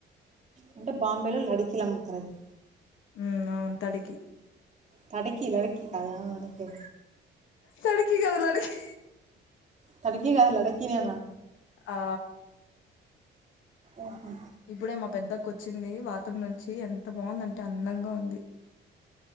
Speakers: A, on the right (about 40°); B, on the left (about 80°).
A: అంటే బాంబేలో లడికిలు అమ్ముతారు అది
B: ఉ అవును తడికి
A: తడకిీలడికి కాదా ఆ ఒకే
B: తడికి కాదు లడికి
A: తడకి గాదు లడికినే
B: ఆ
A: ఓహో
B: ఇప్పుడే మా పెద్ద వచ్చింది బాత్రూం నుంచి ఎంత బాగుందింటే అందంగా ఉంది